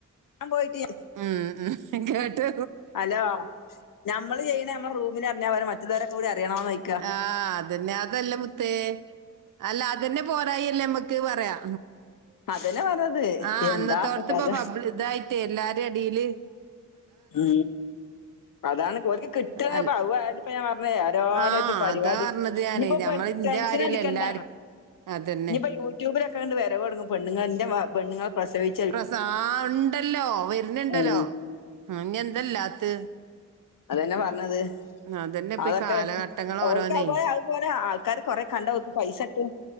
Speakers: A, on the left; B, on the right.
A: ഞാ പോയിട്ട്.
B: ഉം ഉം കേട്ടു.
A: ഹലോ ഞമ്മള് ചെയ്യണേ ഞമ്മളെ റൂമില് അർഞപ്പോരേ മറ്റ്ള്ളോരെ കൂടി അറിയണോന്. !!!!!!!!!!
B: ആഹ്. അതന്നെ അതല്ല മുത്തേ അല്ല അതെന്നെ പോരായല്ലേമ്മക്ക് പറയാ.
A: അതന്നെ പറഞ്ഞത്.
B: ആഹ്
A: എന്താ
B: അന്നത്തോടത്ത്
A: ഇപ്പൊ കഥ
B: ഇപ്പ പബ്ളി ഇതായിട്ടേ എല്ലാരീം എടില്.
A: ഉ അതാണ് ഓൽക്ക് കിട്ടും
B: അൽ-
A: അതിപ്പ ഞാൻ പറഞ്ഞ.
B: ആ
A: ത് പരിപാടി
B: അതാ പറഞ്ഞത് ഞാന്
A: ഇനിയിപ്പോ
B: ഞമ്മള് ഇന്റെ
A: ടെൻഷനടിക്കണ്ട
B: കാര്യല്ല എല്ലാരും അതന്നെ
A: ഇനിപ്പോ യൂ. യൂട്ടുബിലൊക്കെണ്ട് വരവൊടങ്ങും പെണ്ണുങ്ങള് ന്റെ പെണ്ണ്ങ്ങള പ്രസവി.
B: പ്രസാ ആണ്ടല്ലോ വര്ന്ണ്ടല്ലോ
A: ഉം
B: ഇനി എന്തല്ലാത്ത്.
A: അതന്നെ പറഞ്ഞത്.
B: അതന്നെ ഇപ്പൊ
A: അതൊക്കെ
B: ഈ കാലഘട്ടങ്ങൾ
A: ഓൾക്ക്
B: ഓരോന്നേ
A: അതുപോലെ ആൾക്കാര് കൊറെ കണ്ട ഓക്ക് പൈസ ട്ടും.